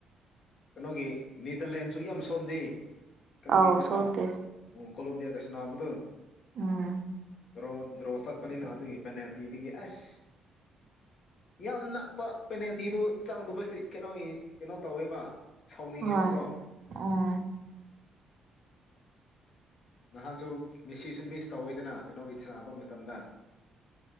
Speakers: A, on the left; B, on the right.
A: ꯀꯩꯅꯣꯒꯤ ꯅꯤꯗꯔꯂꯦꯟꯁꯨ ꯌꯥꯝ ꯁꯣꯟꯗꯦ ꯀꯩꯅꯣꯒꯤꯅꯦꯅꯕ꯫
B: ꯑꯧ ꯁꯣꯟꯗꯦ
A: ꯑꯣ ꯀꯣꯝꯂꯤꯌꯥꯒ ꯁꯥꯅꯕꯗꯨ
B: ꯎꯝ꯫
A: ꯗ꯭ꯔꯣ ꯗ꯭ꯔꯣ ꯆꯠꯄꯅꯤꯅ ꯑꯗꯨꯒꯤ ꯄꯦꯅꯥꯜꯇꯤꯗꯒꯤ ꯑꯁ꯫ ꯌꯥꯝ ꯅꯛꯄ ꯄꯦꯅꯥꯜꯇꯤꯗꯨ ꯆꯪꯗꯕꯁꯤ ꯀꯩꯅꯣꯅꯤ ꯀꯩꯅꯣ ꯇꯧꯋꯦꯕ꯫ ꯁꯥꯎꯅꯤꯡꯉꯦꯕꯀꯣ
B: ꯍꯣꯏ ꯑꯣ꯫
A: ꯅꯍꯥꯟꯁꯨ ꯃꯤꯁꯤꯁꯨ ꯃꯤꯁ ꯇꯧꯋꯤꯗꯅ ꯀꯩꯅꯣꯒꯤ ꯁꯥꯟꯕ ꯃꯇꯝꯗ꯫